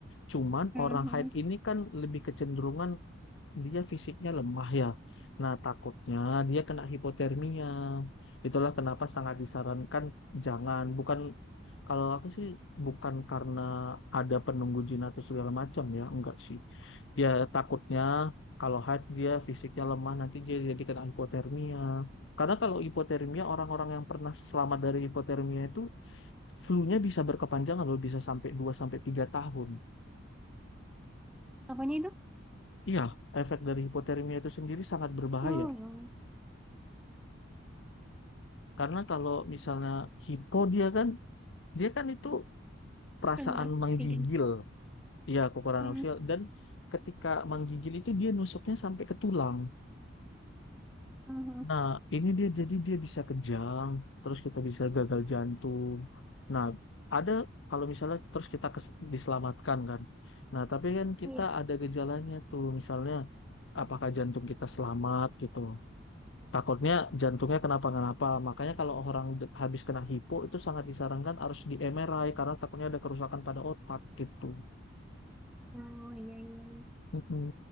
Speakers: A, on the left; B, in the centre.
A: Cuman
B: mm
A: orang hide ini kan lebih kecenderungan dia fisiknya lemah ya. Nah, takutnya dia kena hipotermia. Itulah kenapa sangat disarankan jangan, bukan kalau aku sih bukan karena ada penunggu jin atau segala macam ya, enggak sih. Ya takutnya kalau haid dia fisiknya lemah nanti dia jadi kena hipotermia. Karena kalau hipotermia orang-orang yang pernah selamat dari hipotermia itu flu-nya bisa berkepanjangan loh, bisa sampai 2 sampai 3 tahun.
B: apanya itu
A: Iya, efek dari hipotermia itu sendiri sangat berbahaya.
B: oh ya.
A: Karena kalau misalnya hipo dia kan dia kan itu perasaan
B: rendah
A: menggigil,
B: oksigen
A: ya kekurangan
B: Mm-mm.
A: sosial dan ketika menggigil itu dia nusuknya sampai ke tulang.
B: Mhm.
A: Nah, ini dia jadi dia bisa kejang, terus kita bisa gagal jantung. Nah, ada kalau misalnya terus kita kes- diselamatkan kan. Nah, tapi kan kita
B: Iya,
A: ada gejalanya tuh, misalnya apakah jantung kita selamat gitu. Takutnya jantungnya kenapa-kenapa. Makanya kalau orang de- habis kena hipo itu sangat disarankan harus di MRI karena takutnya ada kerusakan pada otak gitu.
B: Oh iya iya iya. <laughs>
A: Mm-mm.